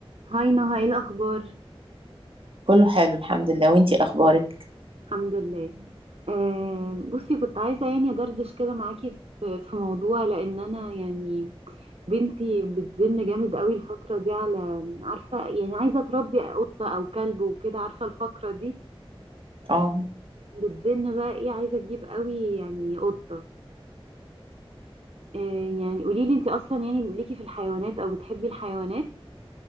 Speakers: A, on the right (about 80°); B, on the right (about 65°).
A: هاي نهى ايه الاخبار
B: كله حلو الحمد لله وانتي اخبارك
A: الحمد لله آه بصي كنت عايزه يعني ادردش كده معاكي في في موضوع لان انا يعني بنتي بتزن جامد قوي الفتره دي على عارفه يعني عايزه تربي قطه او كلب وكده عارفه الفقره دي
B: اه
A: بتزن بقى ايه عايزه تجيب قوي يعني قطه آه يعني قولي لي انت اصلا يعني ليكي في الحيوانات او بتحبي الحيوانات